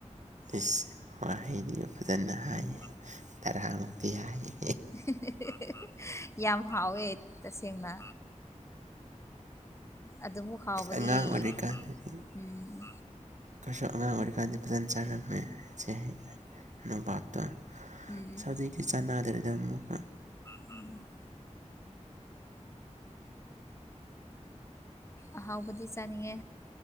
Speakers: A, on the right (about 75°); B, on the left (about 20°).
A: ꯏꯁ ꯋꯥꯍꯩꯗꯤꯕ ꯐꯖꯅ ꯍꯥꯏꯌꯦ
B: ꯎꯝ
A: ꯇꯔꯥꯃꯨꯛꯇꯤ ꯍꯥꯏꯌꯦ
B: <unintelligible> ꯌꯥꯝ ꯍꯥꯎꯋꯦ ꯇꯁꯦꯡꯅ ꯑꯗꯨꯃꯨꯛ ꯍꯥꯎꯕꯗꯤ
A: ꯑꯉꯥꯡ ꯑꯣꯏꯔꯤꯀꯥꯟꯗꯗꯤ
B: ꯎꯝ
A: ꯈꯣꯢꯁꯨ ꯑꯉꯥꯡ ꯑꯣꯏꯔꯤꯀꯥꯟꯗꯤ ꯐꯖꯅ ꯆꯥꯔꯝꯃꯦ ꯁꯦ ꯍꯩ ꯅꯣꯕꯥꯞꯇꯣ
B: ꯎꯝ
A: ꯑꯁ ꯍꯧꯖꯤꯛꯇꯤ ꯆꯥꯟꯅꯥꯗ꯭ꯔꯦꯗ ꯑꯃꯨꯛꯀ
B: <inaudible> ꯑꯍꯥꯎꯕꯗꯤ ꯆꯥꯅꯤꯡꯉꯦ